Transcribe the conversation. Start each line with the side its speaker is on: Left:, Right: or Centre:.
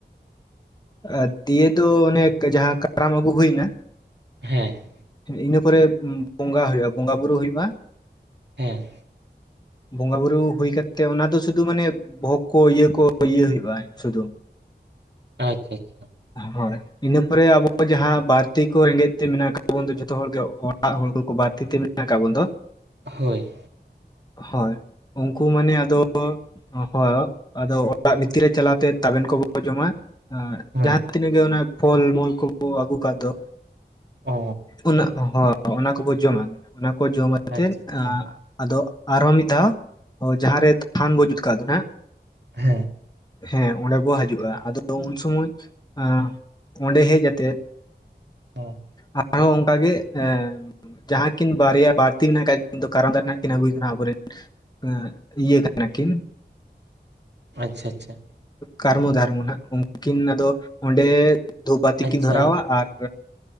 Left: ᱟᱨ ᱫᱤᱭᱮ ᱫᱚ ᱚᱱᱮ ᱡᱟᱦᱟᱸ ᱠᱟᱨᱟᱢ ᱟᱹᱜᱩ ᱦᱩᱭ ᱱᱟ
Right: ᱦᱮᱸ᱾
Left: ᱤᱱᱟᱹ ᱯᱚᱨᱮ ᱵᱚᱸᱜᱟ ᱦᱩᱭᱩᱜᱼᱟ, ᱵᱚᱸᱜᱟ ᱵᱩᱨᱩ ᱦᱩᱭᱩᱜᱼᱟ
Right: ᱦᱮᱸ᱾
Left: ᱵᱚᱸᱜᱟ ᱵᱩᱨᱩ ᱦᱩᱭ ᱠᱟᱛᱮᱜ ᱚᱱᱟ ᱫᱚ ᱥᱩᱫᱩ ᱢᱟᱱᱮ ᱵᱚᱷᱚᱜᱽ ᱠᱚ ᱤᱭᱟᱹ ᱠᱚ ᱤᱭᱟᱹ ᱦᱩᱭᱩᱜᱼᱟ ᱥᱩᱫᱩ᱾
Right: ᱟᱪᱪᱷᱟ ᱟᱪᱪᱷᱟ᱾
Left: ᱦᱳᱭ᱾ ᱤᱱᱟᱹ ᱯᱚᱨᱮ ᱟᱵᱚ ᱫᱚ ᱡᱟᱦᱟᱸ ᱵᱟᱹᱲᱛᱤ ᱠᱚ ᱨᱮᱸᱜᱮᱡ ᱛᱮ ᱢᱮᱱᱟᱜ ᱟᱠᱟᱫ ᱵᱚᱱ ᱫᱚ ᱡᱚᱛᱚ ᱦᱚᱲ ᱜᱮ ᱚᱲᱟᱜ ᱦᱚᱲ ᱠᱚ ᱠᱚ ᱵᱟᱹᱲᱛᱤ ᱛᱮ ᱢᱮ ᱦᱮᱸᱠᱟ ᱵᱚᱱ ᱫᱚ᱾
Right: ᱦᱳᱭ᱾
Left: ᱦᱳᱭ, ᱩᱱᱠᱩ ᱢᱟᱱᱮ ᱟᱫᱚ ᱦᱳᱭ, ᱟᱫᱚ ᱚᱲᱟᱜ ᱵᱷᱤᱛᱤᱨ ᱨᱮ ᱪᱟᱞᱟᱣ ᱠᱟᱛᱮᱫ ᱛᱟᱵᱮᱱ ᱠᱚᱵᱚᱱ ᱡᱚᱢᱟ᱾ ᱟᱨ
Right: ᱦᱮᱸ
Left: ᱡᱟᱦᱟᱸ ᱛᱤᱱᱟᱹᱜ ᱜᱮ ᱚᱱᱟ ᱯᱷᱚᱞ ᱢᱚᱞ ᱠᱚ ᱠᱚ ᱟᱹᱜᱩ ᱠᱟᱫ ᱫᱚ
Right: ᱚ
Left: ᱚᱱᱟ ᱦᱚᱸ ᱚᱱᱟ ᱠᱚᱵᱚ ᱡᱚᱢᱟ, ᱚᱱᱟ ᱠᱚ ᱡᱚᱢᱛᱮᱫ
Right: ᱟᱪᱪᱷᱟ ᱟᱪᱪᱷᱟ
Left: ᱟᱨ
Right: ᱦᱮᱸ
Left: ᱟᱫᱚ ᱟᱨᱦᱚᱸ ᱢᱤᱫ ᱫᱷᱟᱣ, ᱡᱟᱦᱟᱸᱱᱨᱮ ᱛᱷᱟᱱ ᱵᱚ ᱡᱩᱛ ᱠᱟᱫ ᱫᱚ ᱱᱟᱦᱟᱜ
Right: ᱦᱮᱸ᱾
Left: ᱦᱮᱸ ᱚᱸᱰᱮ ᱵᱚ ᱦᱟᱹᱡᱩᱜᱼᱟ, ᱟᱫᱚ ᱩᱱ ᱥᱚᱢᱚᱭ ᱟᱸ ᱚᱸᱰᱮ ᱦᱮᱡ ᱟᱛᱮᱫ
Right: ᱦᱚᱸ᱾
Left: ᱟᱨᱦᱚᱸ ᱚᱱᱠᱟᱜᱮ ᱮᱸᱻ ᱡᱟᱦᱟᱸ ᱠᱤᱱ ᱵᱟᱨᱭᱟ ᱵᱟᱹᱲᱛᱤ ᱦᱮᱱᱟᱜ ᱠᱟᱜ ᱠᱤᱱ ᱫᱚ ᱠᱟᱨᱟᱢ ᱫᱟᱨᱮ ᱱᱟᱷᱟᱜ ᱠᱤᱱ ᱟᱹᱜᱩᱭ ᱫᱚ ᱱᱟᱦᱟᱜ ᱟᱵᱚ ᱨᱮᱱ ᱮᱸ ᱤᱭᱟᱹ ᱠᱟᱱᱟ ᱠᱤᱱ
Right: ᱟᱪᱷᱟ-ᱟᱪᱷᱟ᱾
Left: ᱠᱟᱨᱢᱚ ᱫᱷᱟᱨᱢᱚ ᱱᱟᱦᱟᱜ ᱩᱱᱠᱤᱱ ᱟᱫᱚ ᱚᱸᱰᱮ ᱫᱷᱩᱯᱟᱹᱛᱤ
Right: ᱟᱪᱪᱷᱟ
Left: ᱠᱤᱱ ᱫᱷᱚᱨᱟᱣᱟ ᱟᱨ